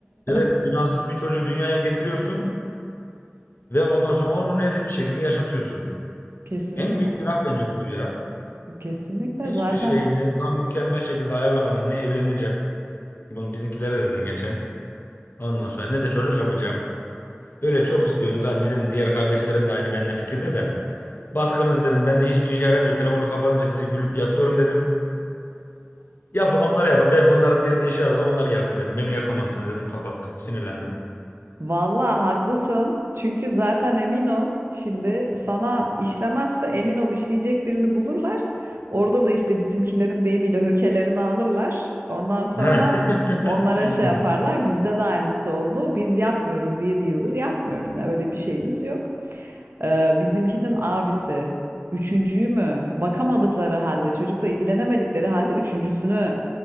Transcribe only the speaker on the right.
<laughs>
Tabii.
Kesinlikle.
Kesinlikle
zaten
vallahi haklısın. Çünkü zaten emin ol şimdi sana işlemezse emin ol işleyecek birini bulurlar. Orada da işte bizimkilerin deyimiyle hökelerini alırlar. Ondan sonra
onlara
şey yaparlar.
Bizde de aynısı oldu. Biz yapmıyoruz. yedi yıldır yapmıyoruz. Yani öyle bir şeyimiz yok. Ee, bizimkinin abisi üçüncüyü mü bakamadıkları halde çocukla ilgilenemedikleri halde üçüncüsünü